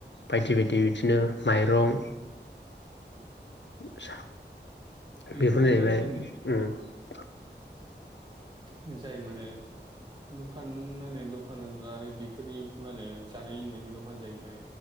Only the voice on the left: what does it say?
बायदि बायदि बिदिनो माइरं
बेफोरनो
जाहैबाय,